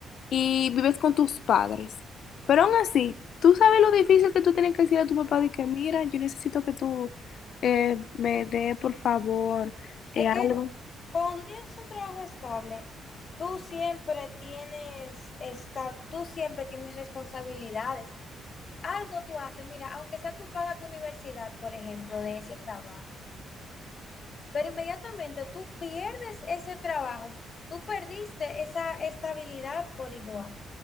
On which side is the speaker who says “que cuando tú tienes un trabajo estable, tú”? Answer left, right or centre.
Left